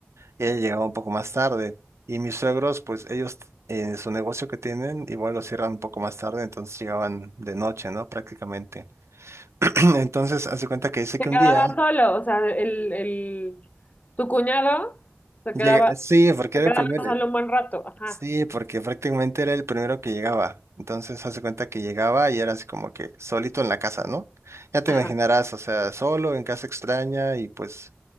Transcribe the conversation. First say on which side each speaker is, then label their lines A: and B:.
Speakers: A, on the right; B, on the left.
A: Ella llegaba un poco más tarde. Y mis suegros, pues ellos, eh, su negocio que tienen, igual lo cierran un poco más tarde, entonces llegaban de noche, ¿no? Prácticamente. <clears throat> Entonces, hace cuenta que dice
B: Se
A: que un
B: quedaba
A: día
B: solo, o sea, el, el, tu cuñado se
A: llega,
B: quedaba,
A: eh, sí, porque
B: se
A: era
B: quedaba
A: el primero,
B: solo un buen rato. Ajá,
A: sí, porque prácticamente era el primero que llegaba. Entonces, hace cuenta que llegaba y era así como que solito en la casa, ¿no? Ya te
B: ajá.
A: imaginarás, o sea, solo en casa extraña y pues